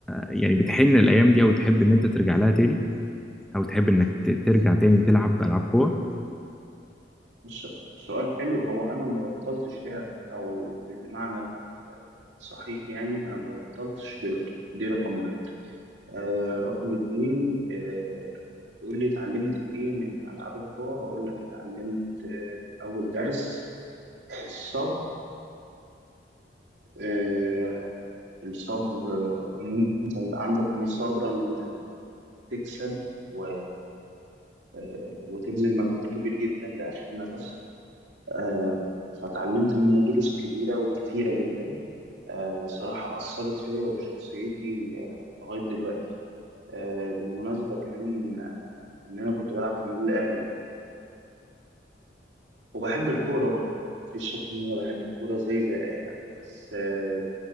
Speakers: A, in the centre; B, on the right.
A: يعني بتحن الايام دي او تحب ان انت ترجع لها تاني او تحب انك ت- ترجع تاني تلعب العاب قوى
B: الس- سؤال حلو هو أنا ما بطلتش لعب أو بالمعنى الصحيح يعني أنا ما بطلتش رياضة دي رقم واحد آه، رقم اتنين آه تقول لي اتعلمت ايه من العاب القوى هقول لك اتعلمت آه، اول درس الصبر آه، الصبر آه، وان انت يبقى عندك مثابرة ان انت تكسب و... آه، وتبذل مجهود كبير جدا لاخر نفس آه، فتعلمت منها دروس كبيرة وكتيرة جدا آه، بصراحة أثرت فيا وفي شخصيتي آه، لغاية دلوقتي آه، بالمناسبة كمان آه، إن أنا كنت بلعب في النادي الأهلي كمان وبحب الكورة برضه يعني مفيش شك إن أنا بحب الكورة زي زي أي حد بس آه،